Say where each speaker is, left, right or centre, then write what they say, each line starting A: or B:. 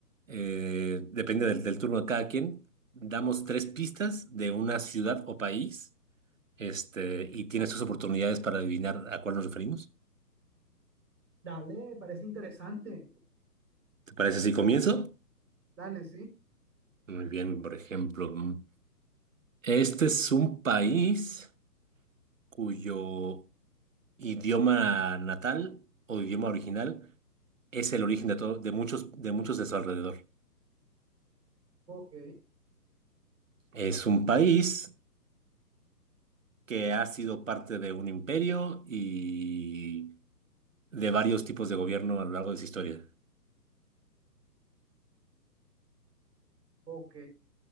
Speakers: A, on the right; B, on the right.
A: eh, depende del, del turno de cada quien. Damos tres pistas de una ciudad o país, este, y tienes tus oportunidades para adivinar a cuál nos referimos.
B: Dale, me parece interesante.
A: ¿Te parece si comienzo?
B: Dale, sí.
A: Muy bien, por ejemplo, mm, este es un país cuyo idioma natal o idioma original es el origen de, todo- de muchos, de muchos de su alrededor.
B: Ok,
A: Es un país que ha sido parte de un imperio y de varios tipos de gobierno a lo largo de su historia.
B: ok.